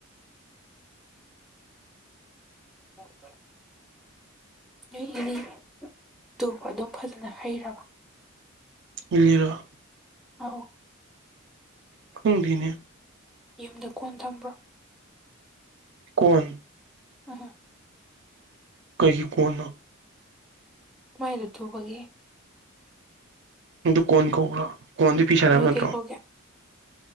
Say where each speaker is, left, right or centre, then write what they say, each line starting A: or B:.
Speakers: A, in the centre; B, on the right.
A: ꯑꯣꯔꯦ ꯅꯨꯣꯏ ꯏꯅꯤꯅꯤ ꯇꯨꯕ ꯑꯗꯨꯝ ꯐꯖꯅ ꯍꯩꯔꯕ
B: ꯃꯤꯂꯔ
A: ꯑ
B: ꯈꯨꯡꯗꯤꯅ
A: ꯌꯨꯝꯗ ꯀꯣꯟ ꯊꯝꯕ꯭ꯔꯣ
B: ꯀꫭꯟ
A: ꯎꯝ
B: ꯀꯩꯒꯤ ꯀꫭꯅꯅꫭ
A: ꯃꯥꯏꯗ ꯊꯨꯕꯒꯤ
B: ꯑꯗꯨ ꯀꯣꯟ ꯀꯧꯕ꯭ꯔꯥ ꯀꯣꯟꯗꯤ ꯐꯤ ꯁꯥꯟꯅꯕ
A: ꯅꯣꯏ
B: ꯅꯠꯇ꯭ꯔꯣ
A: ꯀꯩ ꯀꯧꯒꯦ